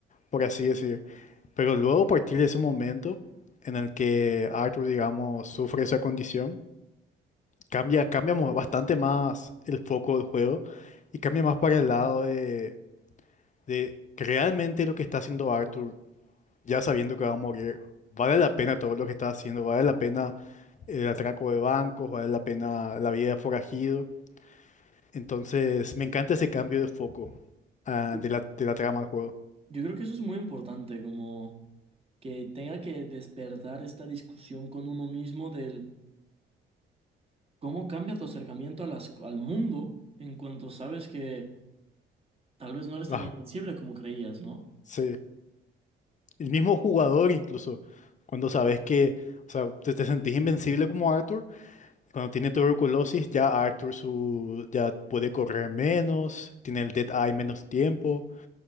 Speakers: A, on the left; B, on the right.
A: por así decir. Pero luego, a partir de ese momento en el que Arthur, digamos, sufre esa condición, cambia, cambia mo- bastante más el foco del juego y cambia más para el lado de, de que realmente lo que está haciendo Arthur, ya sabiendo que va a morir, vale la pena todo lo que está haciendo, vale la pena el atraco de bancos, vale la pena la vida de forajido. Entonces, me encanta ese cambio de foco ah,
B: Yo
A: de la, de la trama del juego.
B: yo creo que eso es muy importante, como que tenga que despertar esta discusión con uno mismo del cómo cambia tu acercamiento a las, al mundo en cuanto sabes que tal vez no eres
A: Ah,
B: tan invencible como creías, ¿no?
A: sí. El mismo jugador incluso, cuando sabes que, o sea, te, te sentís invencible como Arthur. Cuando tiene tuberculosis, ya Arthur su, ya puede correr menos, tiene el Dead Eye menos tiempo.